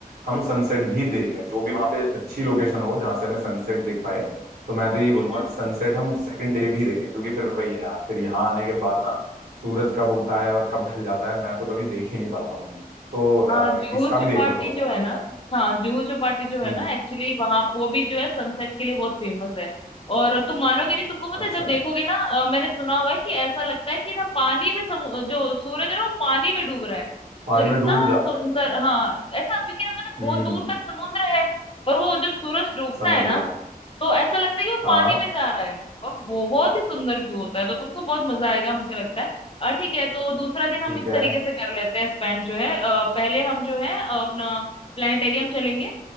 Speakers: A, on the right (about 80°); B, on the left (about 35°).
A: हम सनसेट भी देख लें जो भी वहाँ पे अच्छी लोकेशन हो जहाँ से हमें सनसेट दिख पाए तो मैं तो ये बोलूंगा
B: हम्म हम्म।
A: कि सनसेट हम सेकंड डे भी देखें क्योंकि फिर वही है यार फिर यहाँ आने के बाद ना सूरज कब उगता है और कब ढल जाता है मैं तो कभी देख ही नहीं पाता हूँ तो अ,
B: आ, जुहू
A: इसका भी
B: चौपाटी
A: देख लो थोड़ा सा
B: जो है
A: एक
B: ना
A: बार
B: हाँ जुहू चौपाटी जो है
A: हम्म।
B: ना एक्चुअली वहां वो भी जो है सनसेट के लिए बहुत फेमस है और तुम मानोगे नहीं तुमको
A: अच्छा
B: पता है जब देखोगे ना अ, मैंने सुना हुआ है कि ऐसा लगता है कि ना पानी में सम, जो सूरज है ना वो पानी में डूब रहा है मतलब
A: पानी
B: इतना
A: में डूब जाता
B: सुंदर
A: है
B: हाँ ऐसा क्योंकि ना पता है, बहुत
A: हम्म
B: दूर तक समुद्र है और वो जब सूरज डूबता
A: समझ
B: है
A: गया
B: ना तो ऐसा लगता है कि वो
A: हाँ
B: पानी में जा रहा है और बहुत ही सुंदर व्यू होता है तो तुमको बहुत मजा आएगा मुझे लगता है अ, ठीक है तो दूसरा दिन हम
A: ठीक
B: इस
A: है
B: तरीके से कर लेते हैं स्पेंड जो है अ, पहले हम जो है अ, अपना प्लानिटेरियम चलेंगे